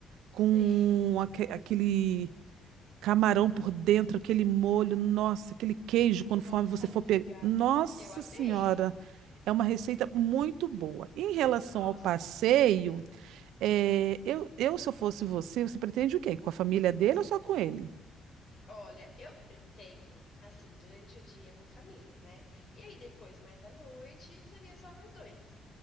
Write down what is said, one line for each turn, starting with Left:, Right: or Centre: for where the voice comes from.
Right: Com
Left: sei.
Right: aque- aquele Camarão por dentro, aquele molho, nossa, aquele queijo, conforme
Left: Nossa,
Right: você
Left: amiga,
Right: for pegar. Nossa
Left: eu amei.
Right: Senhora, é uma receita muito boa. Em relação
Left: Nossa,
Right: ao passeio, eh, eu, eu, se eu fosse você, você pretende o quê? Com a família dele ou só com ele?
Left: olha, eu pretendo, assim, durante o dia com a família, né? E aí depois, mais à noite, seria só mais dois.